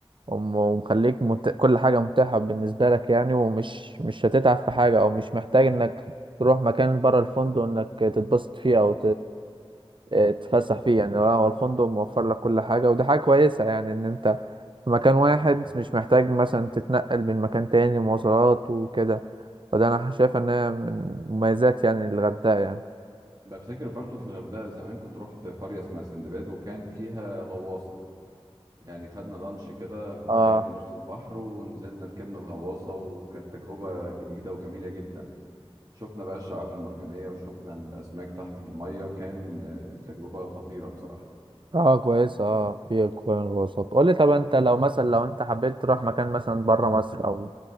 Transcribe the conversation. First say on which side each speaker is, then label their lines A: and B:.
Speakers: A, on the right; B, on the right.
A: وم- ومخليك مت... كل حاجة متاحة بالنسبة لك يعني ومش مش هتتعب في حاجة او مش محتاج انك تروح مكان بره الفندق انك تتبسط فيه او آه، تتفسح فيه يعني هو الفندق موفر لك كل حاجة ودي حاجة كويسة يعني إن أنت في مكان واحد
B: أكيد
A: مش محتاج مثلا تتنقل من مكان تاني مواصلات وكده فده أنا شايف إن هي من مميزات يعني الغردقة يعني
B: بفتكر برضو في الغردقة زمان كنت رحت قرية اسمها سندباد وكان فيها غواصة يعني خدنا لانش كده في-
A: اه
B: لغاية نص البحر ونزلنا ركبنا الغواصة وكانت تجربة جديدة وجميلة جدا شفنا بقى الشعاب المرجانية وشفنا الأسماك تحت المية كان آه، تجربة خطيرة بصراحة
A: اه كويس اه في كوين الوسط قول لي طب انت لو مثلا لو انت حبيت تروح مكان مثلا بره مصر او